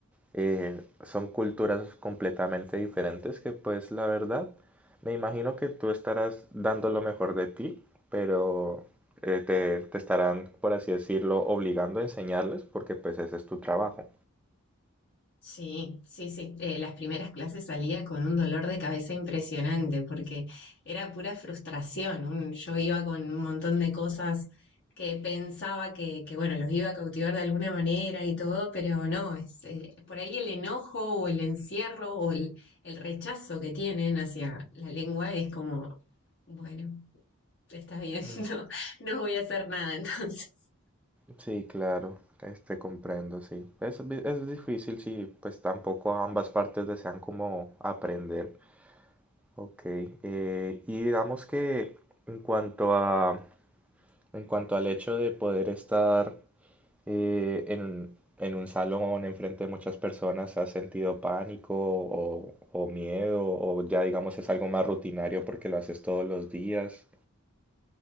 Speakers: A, in the centre; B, on the left.
A: eh, son culturas completamente diferentes que pues la verdad me imagino que tú estarás dando lo mejor de ti, pero eh, te, te estarán, por así decirlo, obligando a enseñarles porque pues ese es tu trabajo.
B: Sí, sí, sí. Eh, las primeras clases salía con un dolor de cabeza impresionante porque era pura frustración. Un- yo iba con un montón de cosas que pensaba que, que, bueno, los iba a cautivar de alguna manera y todo, pero no, es eh, por ahí el enojo o el encierro o el, el rechazo que tienen hacia la lengua es como, bueno, está bien, <laughs>
A: Mm.
B: no, no voy a hacer nada entonces.
A: Sí, claro, este comprendo, sí. Es, vi- es difícil si pues tampoco ambas partes desean como aprender. Ok, eh, y digamos que en cuanto a, en cuanto al hecho de poder estar eh, en, en un salón enfrente de muchas personas, ¿has sentido pánico o, o miedo? O ya digamos es algo más rutinario porque lo haces todos los días.